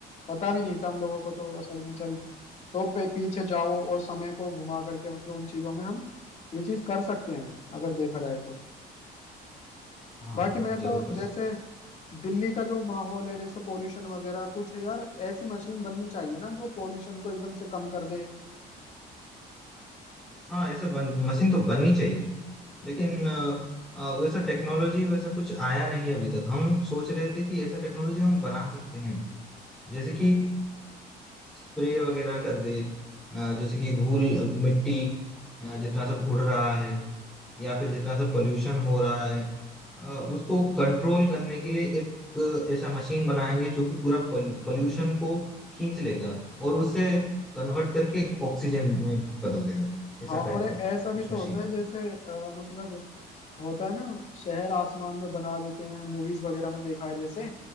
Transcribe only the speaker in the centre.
हाँ
जरूर कर
सकते
हाँ ऐसा बन, मशीन तो बननी चाहिए लेकिन अ, अ, वैसा टेक्नोलॉजी वैसा कुछ आया नहीं है अभी तक हम सोच रहे थे कि ऐसा टेक्नोलॉजी हम बना सकते हैं जैसे कि स्प्रे वगैरह कर दे अ, जैसे कि धूल मिट्टी अ, जितना सब उड़ रहा है या फिर जितना सा पोल्यूशन हो रहा है अ, उसको कंट्रोल करने के लिए एक ऐसा मशीन बनाएंगे जो कि पूरा पोल्यूशन को खींच लेगा और उससे कन्वर्ट करके ऑक्सीजन में बदल देगा
ऐसा टाइप
का कुछ
मशीन